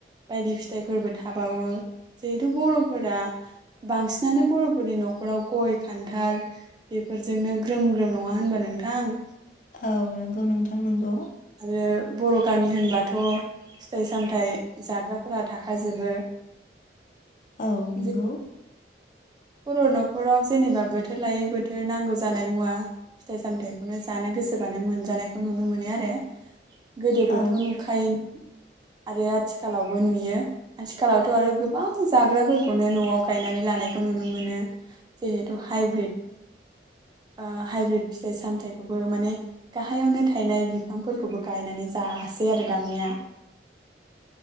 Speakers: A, on the right; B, on the left.
A: बायदि फिथाइफोरबो थाबावो जिहेथु बर'फोरा बांसिनानो बर'फोरनि न'खराव गय खान्थाल बेफोरजोंनो ग्रोम ग्रोम नङा होनबा नोंथां।
B: औव नंगौ नोंथां नंगौ
A: आरो बर' गामि होनब्लाथ' फिथाइ सामथाइ जाग्राफोरा थाखाजोबो।
B: औ नंगौ
A: जे बर' न'खराव जेनेबा बोथोर लायै बोथोर नांगौ जानाय मुवा फिथाइ सामथाइखौनो जानो गोसोबानो मोनजानायखौ नुनो मोनो आरो गोदोबोथ'
B: औ
A: नुखायो। आरो आथिखालावबो नुयो आथिखालावथ' आरो गोबां जाग्राफोरखौनो न'आव गायनानै लानायखौ नुनो मोनो जिहेथु हाइब्रिद ओ हाइब्रिद फिथाइ सामथाइखौबो माने गाहायावनो थायनाय बिफांफोरखौबो गायनानै जासै आरो दानिया।